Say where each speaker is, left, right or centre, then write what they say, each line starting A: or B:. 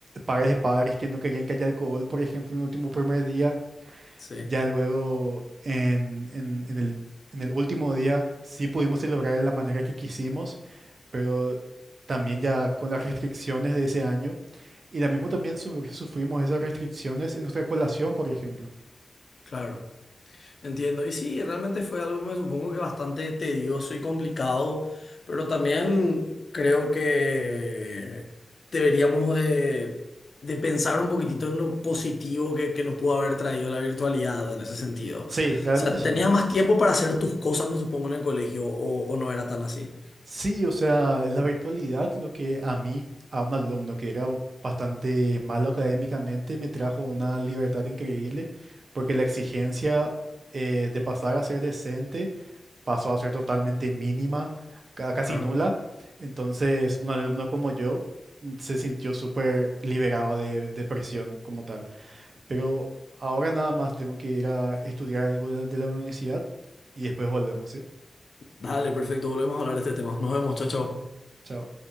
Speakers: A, on the right; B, on the left.
A: pares de padres que no querían que haya alcohol, por ejemplo, en el último primer día.
B: Sí,
A: Ya luego, en, en- en el, en el último día, sí pudimos celebrar de la manera que quisimos, pero también ya con las restricciones de ese año. Y la mismo también su- sufrimos esas restricciones en nuestra colación, por ejemplo.
B: claro. Entiendo, y sí, realmente fue algo, me supongo que bastante tedioso y complicado, pero también creo que deberíamos de, de pensar un poquitito en lo positivo que, que nos pudo haber traído la virtualidad en ese sentido. O
A: Sí, realmente
B: sea, tenías
A: sí.
B: más tiempo para hacer tus cosas, me supongo, en el colegio, o, o no era tan así.
A: Sí, o sea, la virtualidad, lo que a mí, a un alumno que era bastante malo académicamente, me trajo una libertad increíble, porque la exigencia eh, de pasar a ser decente pasó a ser totalmente mínima, ca- casi
B: Claro.
A: nula. Entonces, un alumno como yo mm, se sintió súper liberado de, de presión como tal. Pero ahora nada más tengo que ir a estudiar algo de la, de la universidad y después volvemos, ¿sí?
B: Dale, perfecto, volvemos a hablar de este tema. Nos vemos, chao, chao.
A: Chao.